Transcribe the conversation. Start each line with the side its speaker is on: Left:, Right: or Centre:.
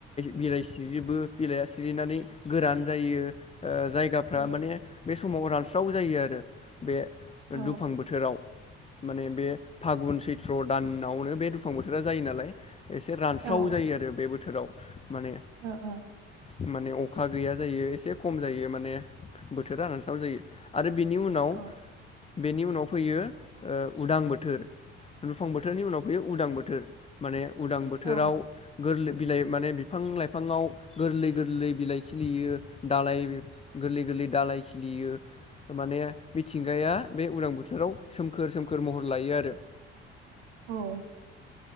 Left: बिलाइसिरिजोबो बिलाइया सिरिनानै गोरान जायो ओ जायगाफ्रा
Right: औ
Left: माने बे समाव रानस्राव जायो आरो बे
Right: औ
Left: दुफां बोथोराव माने बे फागुन सैथ्र दान नावनो बे दुफां बोथोरा जायो नालाय एसे रानस्राव
Right: औ
Left: जायो आरो बे बोथोराव माने
Right: <unintelligible>
Left: माने अखा गैया जायो एसे खम जायो माने बोथोरा रानस्राव जायो आरो बेनि
Right: औ
Left: उनाव फैयो उदां बोथोर दुफां बोथोर बोथोरनि उनाव फैयो उदां बोथोर माने उदां बोथोराव
Right: औ
Left: गोरलै बिलाइ माने बिफां लाइफांङाव गोरलै गोरलै बिलाइ खिलियो दालाइ गोरलै गोरलै दालाय खिलियो माने मिथिंगाया बे उरां बोथोराव सोमखोर सोमखोर महर लायो आरो
Right: औ